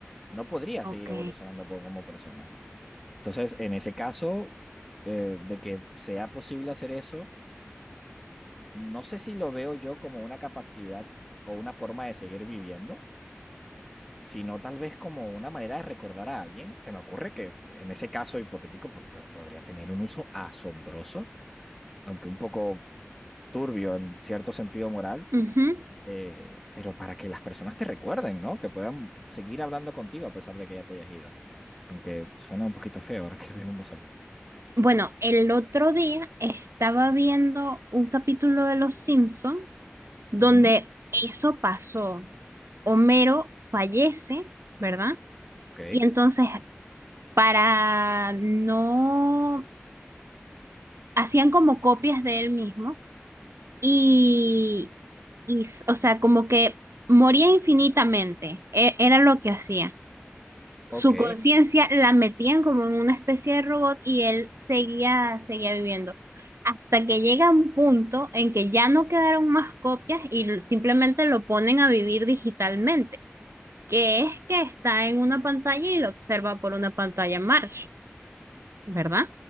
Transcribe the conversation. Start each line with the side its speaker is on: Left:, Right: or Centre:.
Centre: No podrías
Right: ok.
Centre: seguir evolucionando po- como persona. Entonces, en ese caso, eh, de que sea posible hacer eso, no sé si lo veo yo como una capacidad o una forma de seguir viviendo, sino tal vez como una manera de recordar a alguien. Se me ocurre que en ese caso hipotético po- po- podría tener un uso asombroso, aunque un poco turbio en cierto sentido moral,
Right: Ujú.
Centre: eh, pero para que las personas te recuerden, ¿no? Que puedan seguir hablando contigo a pesar de que ya te hayas ido. Aunque suena un poquito feo ahora que lo digo en voz alta.
Right: Bueno, el otro día estaba viendo un capítulo de Los Simpson donde
Centre: Ujú,
Right: eso pasó. Homero fallece, ¿verdad?
Centre: Ok,
Right: Y entonces para no hacían como copias de él mismo y, y s- o sea, como que moría infinitamente. e- Era lo que hacía.
Centre: ok.
Right: su conciencia la metían como en una especie de robot y él seguía, seguía viviendo. Hasta que llega un punto en que ya no quedaron más copias y simplemente lo ponen a vivir digitalmente, que es que está en una pantalla y lo observa por una pantalla Marsh, ¿verdad?